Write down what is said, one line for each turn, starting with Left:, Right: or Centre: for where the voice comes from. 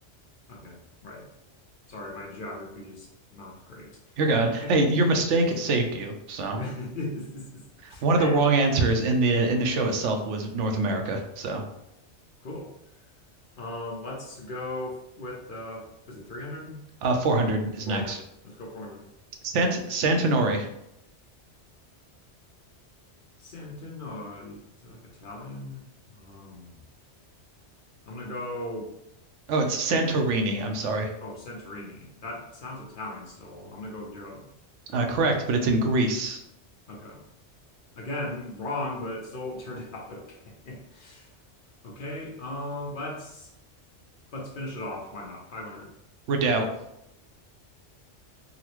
Left: Okay, right. Sorry, my geography is not great.
Right: You're good.
Left: Okay.
Right: Hey, your mistake saved you. So
Left: <laughs> This is
Right: one
Left: Great.
Right: of the wrong answers in the in the show itself was North America. So
Left: Cool. Um, let's go with uh was it 300?
Right: uh, 400 is
Left: 400.
Right: next.
Left: Let's go 400.
Right: Sant Santinori.
Left: Santinori. Is that like Italian? Um, I'm gonna go
Right: Oh, it's Santorini. I'm sorry.
Left: oh, Santorini. That sounds Italian still. I'm gonna go Europe.
Right: Uh, correct, but it's in Greece.
Left: Okay. Again, wrong, but it still turned <laughs> out okay. Okay. Um, let's let's finish it off. Why not? 500.
Right: Redoubt.